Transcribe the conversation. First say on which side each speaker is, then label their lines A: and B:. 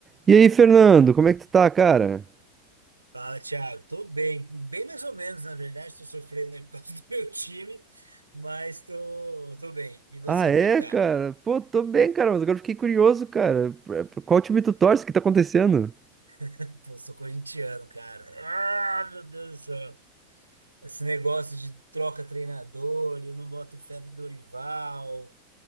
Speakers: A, on the right; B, on the right.
A: E aí, Fernando, como é que tu tá, cara?
B: Fala, Thiago. Tô bem, bem mais ou menos, na verdade. Tô sofrendo aí por causa <laughs> do meu time, mas tô, tô bem. E você,
A: Ah, é,
B: como é que tá?
A: cara? Pô, tô bem, cara, mas agora eu fiquei curioso, cara. Pra- pra- Qual time tu torce? O que tá acontecendo?
B: <laughs> Pô, sou corintiano, cara. Ah, meu Deus do céu. Esse negócio de troca treinador, e eu não boto fé no Dorival,